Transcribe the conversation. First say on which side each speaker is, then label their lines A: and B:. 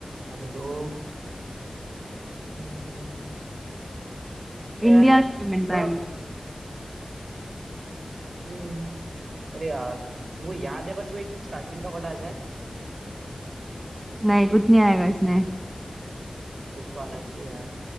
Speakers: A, on the right; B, on the right.
A: अरे तो हम्म, अरे
B: इंडिया
A: यार
B: की विमेन
A: थोड़ा
B: प्राइम मिनिस्टर
A: हम्म, अरे यार वो याद है बस वो एक स्टार्टिंग का वर्ड आ जाए
B: नहीं कुछ नहीं आएगा इसमें
A: कुछ तो आना चाहिए यार